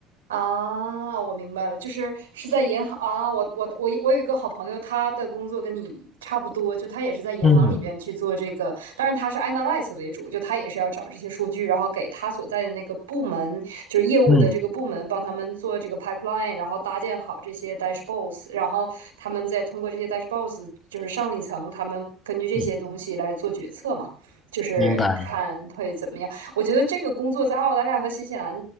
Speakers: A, on the right; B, on the left.
A: 啊，我明白了，就是是在银行啊。我我我我有一个好朋友，他的工作跟你差不多，就他也是在银行里边去做这个，
B: 嗯
A: 当然他是 analyze 为主，就他也是要找这些数据，然后给他所在的那个部门，就是业务的这个部门，
B: 嗯
A: 帮他们做这个 pipeline，然后搭建好这些 dashboards，然后他们再通过这些 dashboards，就是上一层，他们根据这些东西来做决策嘛，
B: 嗯，
A: 就是看会怎么样。
B: 明白。
A: 我觉得这个工作在澳大利亚和新西兰